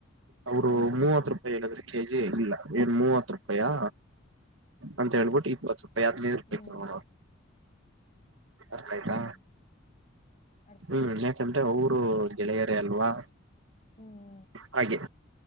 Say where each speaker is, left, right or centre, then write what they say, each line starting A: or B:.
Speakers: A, on the right; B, on the left.
A: ಅವರು
B: ಹ್ಮ್
A: ಮೂವತ್ತು ರೂಪಾಯಿ ಹೇಳಿದ್ರೆ ಕೆಜಿ ಇಲ್ಲ ಏನ್ ಮೂವತ್ ರೂಪಾಯಾ ಅಂತ ಹೇಳ್ಬಿಟ್ಟು ಇಪ್ಪತ್ತು ರೂಾಯ ಬರಿ ಹದಿನೈದು ರೂಪಾಯಿ
B: ಹ್ಮ್
A: ತೋಗ್ಲಾರು ಅರ್ಥ ಆಯ್ತಾ
B: ಹ್ಮ್ ಅರ್ಥ
A: ಹ್ಮ್
B: ಆಯ್ತು
A: ಯಾಕಂದ್ರೆ ಅವರು ಗೆಳೆಯರೇ ಅಲ್ವಾ
B: ಹ್ಮ್
A: ಹಾಗೆ